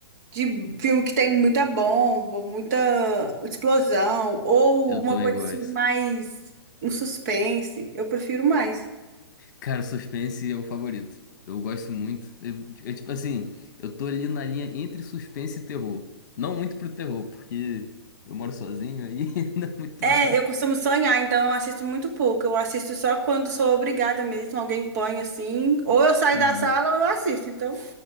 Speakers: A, on the right; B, on the left.
A: de filme que tem muita bomba, muita explosão, ou
B: Eu
A: uma
B: também
A: coisa
B: gosto.
A: assim mais um suspense. Eu prefiro mais.
B: Cara, suspense é o favorito. Eu gosto muito. Eu, eu, tipo assim, eu tô ali na linha entre suspense e terror. Não muito pro terror, porque eu moro sozinho aí, <laughs> não é muito
A: É,
B: bom.
A: eu costumo sonhar, então eu assisto muito pouco. Eu assisto só quando sou obrigada mesmo, alguém põe assim, ou eu saio
B: Uhum.
A: da sala ou eu assisto, então.